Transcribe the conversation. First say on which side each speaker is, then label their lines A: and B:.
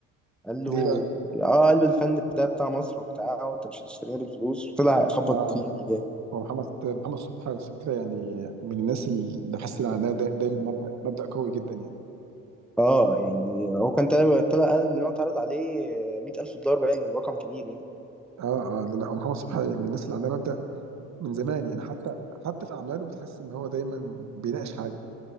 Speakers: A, in the centre; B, on the right.
A: قال له
B: ليه بقى؟
A: اه قال له الفن ده بتاع مصر وبتاع وانت مش هتشترينا بالفلوس وطلع خبط
B: اه
A: فيه يعني جامد.
B: هو محمد محمد صبحي على فكره يعني من الناس اللي حاسس ان عندها دا- دايما مبدا مبدا قوي جدا يعني
A: اه يعني هو كان طلع طلع قال ان هو اتعرض عليه 100000 دولار باين رقم كبير يعني
B: اه اه لا لا هو محمد صبحي من الناس اللي عندها مبدا من زمان يعني حتى حتى في اعماله بتحس ان هو دايما بيناقش حاجه